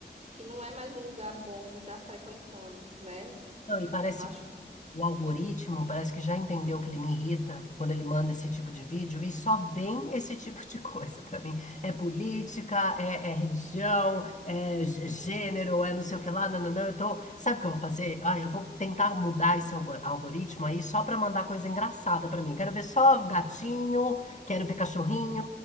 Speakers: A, on the right (about 40°); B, on the left (about 45°).
A: que não é mais um lugar bom de estar frequentando, né?
B: não, e parece
A: Não acho
B: que O algoritmo parece que já entendeu que ele me irrita quando ele manda esse tipo de vídeo e só vem esse tipo de coisa pra mim. É política, é, é religião, é gê- gênero, é não sei o que lá, nananã. Eu tô... Sabe o que eu vou fazer? Ah, eu vou tentar mudar esse algo- algoritmo aí só pra mandar coisa engraçada pra mim. Quero ver só gatinho, quero ver cachorrinho,